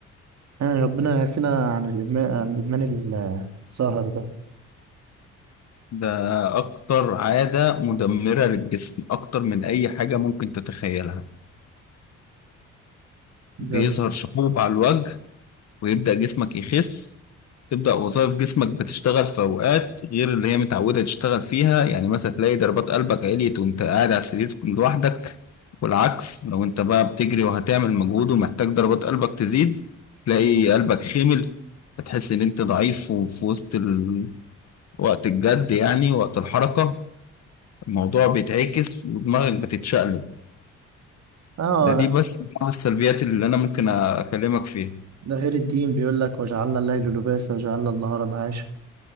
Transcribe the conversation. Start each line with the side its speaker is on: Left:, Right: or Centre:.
Right: يعني ربنا يعافينا عن الادمان عن ادمان السهر ده
Left: ده أكتر عادة مدمرة للجسم أكتر من أي حاجة ممكن تتخيلها
Right: بجد
Left: بيظهر شحوب على الوجه ويبدأ جسمك يخس تبدأ وظائف جسمك بتشتغل في أوقات غير اللي هي متعودة تشتغل فيها يعني مثلا تلاقي ضربات قلبك عليت وأنت قاعد على السرير لوحدك والعكس لو أنت بقى بتجري وهتعمل مجهود ومحتاج ضربات قلبك تزيد تلاقي قلبك خمل فتحس إن أنت ضعيف وفي وسط ال... وقت الجد يعني وقت الحركة الموضوع بيتعكس ودماغك بتتشقلب
Right: اه
Left: ده دي
Right: لا
Left: بس بعض السلبيات اللي أنا ممكن أكلمك فيها
Right: ده غير الدين بيقول لك وجعلنا الليل لباسا وجعلنا النهار معاشا